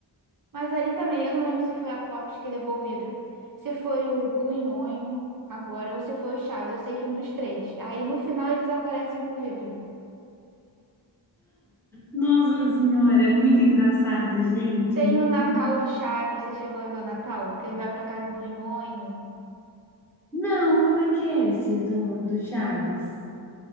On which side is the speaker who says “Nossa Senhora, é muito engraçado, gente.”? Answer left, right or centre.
Centre